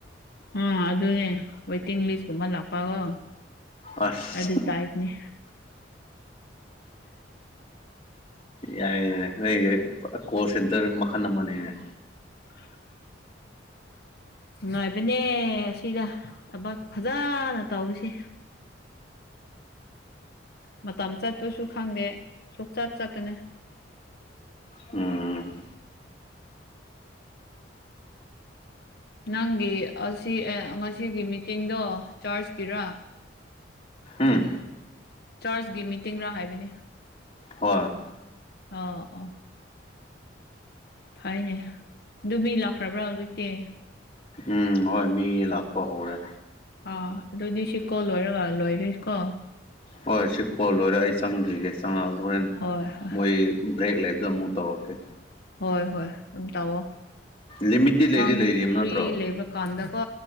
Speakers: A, on the left (about 55°); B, on the left (about 30°).
A: ꯑꯥ ꯑꯗꯨꯅꯦ ꯋꯦꯇꯤꯡ ꯂꯤꯁꯀꯨꯝꯕ ꯂꯥꯛꯄꯒꯣ
B: ꯑꯁ
A: ꯑꯗꯨ ꯇꯥꯏꯗꯅꯦ
B: ꯌꯥꯏ ꯌꯥꯏ ꯅꯣꯏꯁꯦ ꯀꯣ ꯁꯦꯟꯇꯔ ꯃꯈꯜ ꯑꯃꯅꯤꯅꯦꯅꯦ
A: ꯎꯝ ꯅꯨꯡꯉꯥꯏꯕꯅꯦ ꯑꯁꯤꯒ ꯊꯕꯛ ꯐꯖꯅ ꯇꯧꯔꯤꯁꯦ ꯃꯇꯝ ꯆꯠꯄꯁꯨ ꯈꯪꯗꯦ ꯁꯨꯛꯆꯠ ꯆꯀꯅꯤ
B: ꯎꯝ
A: ꯅꯪꯒꯤ ꯑꯁꯤ ꯉꯁꯤꯒꯤ ꯃꯤꯇꯤꯡꯗꯣ ꯆꯔꯆꯀꯤꯔꯥ
B: ꯎꯝ
A: ꯆꯥꯔꯁꯒꯤ ꯃꯤꯇꯤꯡꯒ ꯍꯥꯏꯕꯅꯤ
B: ꯍꯣꯏ
A: ꯑꯣ ꯑꯣ ꯐꯩꯅꯦ ꯑꯗꯨ ꯃꯤ ꯂꯥꯛꯈ꯭ꯔꯕ꯭ꯔꯥ ꯍꯧꯖꯤꯛꯇꯤ
B: ꯎꯝ ꯍꯣꯏ ꯃꯤ ꯂꯥꯛꯄ ꯍꯔ
A: ꯑꯥ ꯑꯗꯨꯗꯤ ꯁꯤꯀꯣ ꯂꯣꯏꯔꯒ ꯂꯣꯏꯔꯣꯏꯁꯤꯀꯣ
B: ꯍꯣꯏ ꯁꯤ ꯀꯣꯜ ꯂꯣꯏꯔꯦ ꯑꯩ ꯆꯪꯈꯤꯒꯦ ꯆꯪꯉꯛꯑ ꯍꯣꯔꯦꯟ
A: ꯍꯣꯏ ꯍꯣꯏ
B: ꯃꯣꯏ ꯭ꯔꯦꯛ ꯂꯥꯛꯛꯇ ꯃꯨ ꯇꯧ ꯑꯣꯀꯦ
A: ꯍꯣꯏ ꯍꯣꯏ ꯑꯗꯨꯝ ꯇꯥꯛꯑꯣꯣ
B: ꯂꯤꯃꯤꯠꯇꯤ ꯂꯩꯗꯤ
A: ꯑꯥꯡ
B: ꯂꯩꯔꯤꯕ
A: ꯐꯔꯤ
B: ꯅꯠꯇ꯭ꯔꯣ
A: ꯂꯩꯕ ꯀꯥꯟꯗꯀꯣ